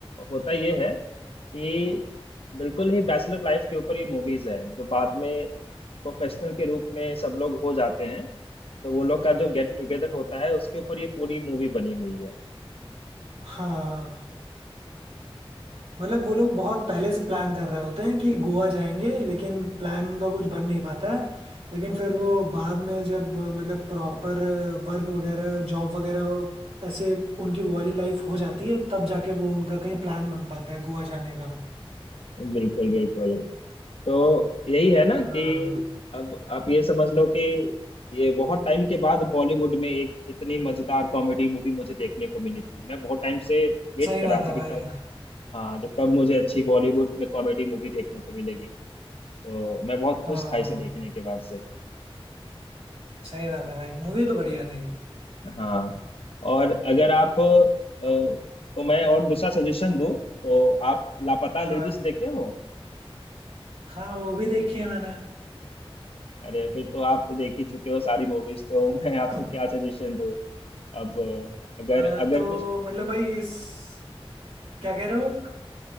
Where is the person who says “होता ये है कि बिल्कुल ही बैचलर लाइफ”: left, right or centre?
Left